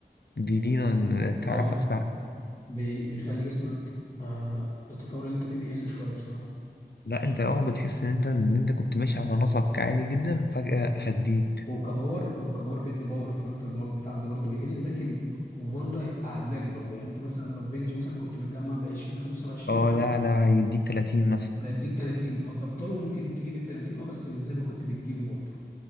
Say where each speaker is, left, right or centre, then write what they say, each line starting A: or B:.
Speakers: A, on the left; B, on the left.
A: دي دي أنا تعرف
B: اه
A: اسمع
B: بي- بيخلي جسمك آه التطور اللي انت فيه بيقل شوية بصراحة
A: لا انت اه بتحس ان انت ان انت كنت ماشي على نسق عالي جدا فجاه هديت
B: وكباور هو كباور بيدي باور فانت الباور بتاعك ده برضه بيقل لكن هو برضه هيبقى علاك برضه يعني انت مثلا لو بنجي مثلا كنت بتجمع ب 20 25
A: اه لا لا هيديك 30 مثلا
B: هيديك 30 هتبطله ممكن تجيب ال 30 اه بس مش زي ما كنت بتجيبه برضه